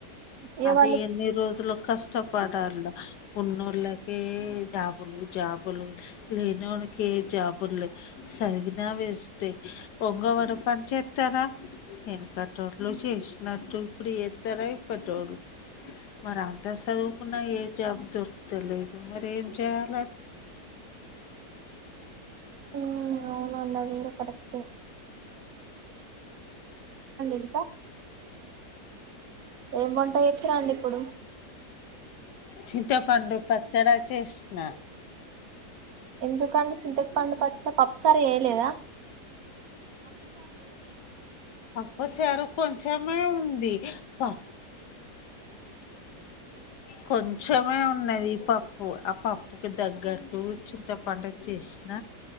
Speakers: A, on the right; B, on the left.
A: ఇగ
B: అది
A: వాళ్ళు
B: ఎన్ని రోజులు కష్టపడాల ఉన్నోళ్ళకి దబ్ జాబులు జాబులు లేనోళక్కి ఏ జాబ్ పులే సవిన వేస్టీ పొంగవడు పని చేస్తారా వేనకటోళ్లు చేసినట్టు ఇప్పుడు ఏతారా ఇపటోళ్లు మర్ అంత ఎంత సదువుకున్నా ఏ జాబ్ దొర్ తెలేదు మరి ఏం చేయాల
A: మ్ అవును అంద అది కూడా కూడా పడుకుట అడింసా ఏం బంటాయి ఇచ్చ రండి ఇప్పుడు
B: చింతపండు పచ్చడా చేసిన
A: ఎందుకంటే చింతకి పండు పచ్చ పప్పుచారి వయలేదా
B: అప్పచారు కొంచమే ఉంది ప కొంచెమే ఉన్నది పప్పు అప్పు పప్పుకి దగ్గర ఇడు చింతపడు చేసిన